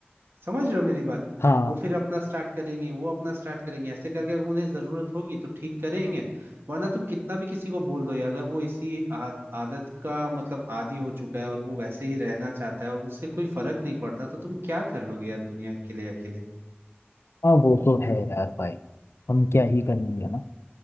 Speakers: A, on the right; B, on the left.
A: समझ रहे हो मेरी बात
B: हाँ
A: वो फिर अपना स्टार्ट करेंगे वो अपना स्टार्ट करेंगे ऐसे करके अगर उन्हें जरूरत होगी तो ठीक करेंगे वरना तुम कितना भी किसी को बोल दो ये, अगर वो इसी आ- आदत का मतलब आदी हो चुका है और वो वैसे ही रहना चाहता है और उससे कोई फर्क नहीं पड़ता तो तुम क्या कर लोगे यार दुनिया के लिए अकेले
B: हाँ वो तो है यार भाई हम क्या ही करेंगे ना